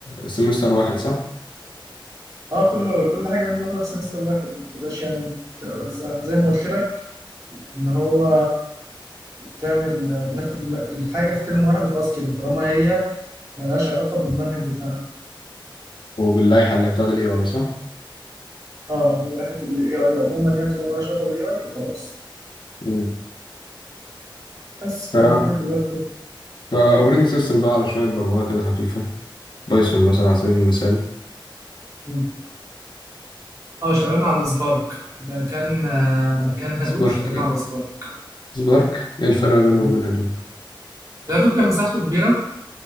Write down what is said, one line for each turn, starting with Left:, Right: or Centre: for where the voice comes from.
Left: سمستر واحد صح؟
Right: اه كل كل حاجة من دي باخدها في سمستر واحد ما باخدهاش يعني متوزعة زي ما قلت لك ان هو تعمل بناخد الم- الحاجة في ترم واحد وخلاص كده طالما هي ملهاش علاقة بالمنهج بتاعنا
Left: وباللائحة اللي بتاعت الاي اي صح؟
Right: اه هي راحت ال AI عموما يعني طالما لها علاقة بال AI فخلاص
Left: مم.
Right: بس فهي
Left: ف
Right: الفكرة كلها في كده
Left: فاوبريتنج سيستم بقى على شوية برمجة كده خفيفة بايثون مثلا على سبيل المثال
Right: مم. اه اشتغلنا على سبارك مكان آه، مكان هدوب
Left: سبارك
Right: اشتغلنا على سبارك
Left: سبارك ايه الفرق بينه
Right: مم.
Left: وبين هدوب؟
Right: الهدوب كان مساحته كبيرة